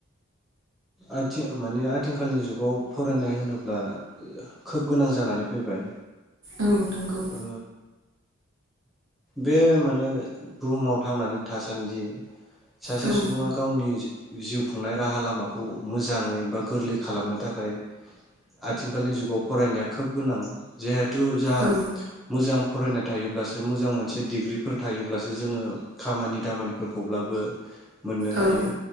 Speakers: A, in the centre; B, on the right.
A: आथि माने आथिंखालनि जुगाव फरायनाय होनोब्ला खोब गोनां जानानै फैबाय।
B: औ नंगौ
A: ओ। बे माने बुहुमाव थांनानै थासान्दि सासे
B: औ
A: सुबुङा गावनि जिउ खुंनाय राहा लामाखौ मोजाङै बा गोरलै खालामनो थाखाय आथिंखालनि जुगाव फरायनाया खोब गोनां <unintelligible> <unintelligible> जोंहा
B: औ
A: मोजां फरायनाय थायोब्लासो मोजां। मोजां मोनसे डिग्रिफोर थायोब्लासो जोङो खामानि दामानिफोरखौब्लाबो मोननो हायो
B: औ